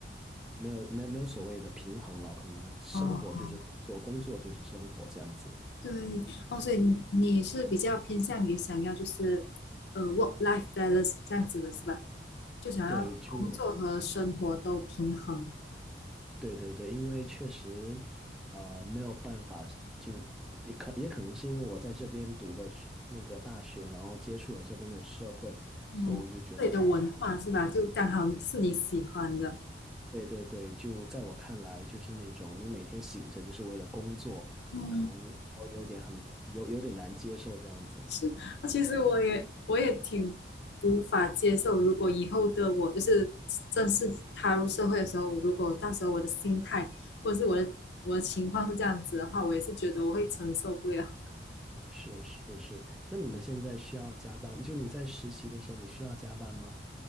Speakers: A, in the centre; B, on the left.
A: 没有没有没有所谓的平衡了，可能生活就是工作，
B: 哦，
A: 工作就是生活这样子。
B: 对哦，所以你你是比较偏向于想要就是呃 work life balance 这样子的是吧？就想要工作和生活都平衡，
A: 对，就对对对，因为确实，呃，没有办法，就也可也可能是因为我在这边读的是那个大学，然后接触了这边的社会，
B: 嗯，
A: 所以我就觉得啊、
B: 这里的文化是吧？就刚好是你喜欢的，
A: 对对对，就在我看来，就是那种你每天醒着就是为了工作，
B: 嗯，
A: 可能稍微有点很有有点难接受这样子。
B: 是。那其实我也我也挺无法接受，如果以后的我就是正式踏入社会的时候，如果到时候我的心态或者是我的我的情况是这样子的话，我也是觉得我会承受不了。
A: 是是是，那你们现在需要加班？就你在实习的时候，你需要加班吗？